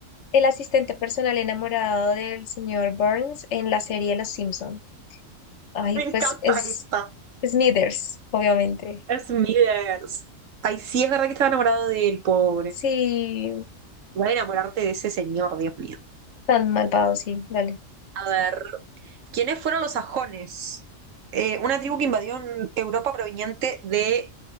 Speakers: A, on the left (about 65°); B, on the right (about 75°).
A: el asistente personal enamorado del señor Burns en la serie Los Simpson? Ay,
B: Me encanta
A: pues es
B: esta.
A: Smithers, obviamente.
B: Smithers. Ay, sí, es verdad que estaba enamorado de él, pobre.
A: Sí,
B: Igual enamorarte de ese señor, Dios mío.
A: tan malvado, sí, dale.
B: A ver, ¿quiénes fueron los sajones? Eh, una tribu que invadió en Europa proveniente de